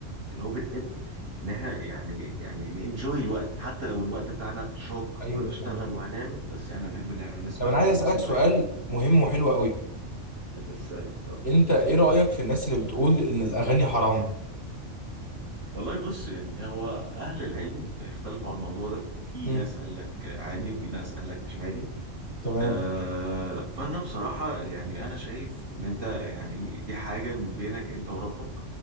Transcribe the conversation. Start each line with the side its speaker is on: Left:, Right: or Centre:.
Right: اللي هو بنحب ان احنا يعني يعني ننجوي الوقت حتى لو الوقت بتاعنا شاق
Left: ايوه
Right: وهنشتغل
Left: فعلا
Right: وهنعمل بس احنا بنحب ان احنا نسمع
Left: طب انا
Right: اغاني
Left: عايز اسالك
Right: بسيطه
Left: سؤال
Right: يعني
Left: مهم وحلو قوي
Right: بتسأل اتفضل
Left: انت ايه رايك في الناس اللي بتقول ان الاغاني حرام
Right: والله بص يعني هو اهل العلم اختلفوا على الموضوع ده في
Left: مم.
Right: ناس قال لك عادي وفي ناس قال لك مش عادي
Left: تمام
Right: آه، فانا بصراحه يعني انا شايف ان انت يعني دي حاجه ما بينك انت وربك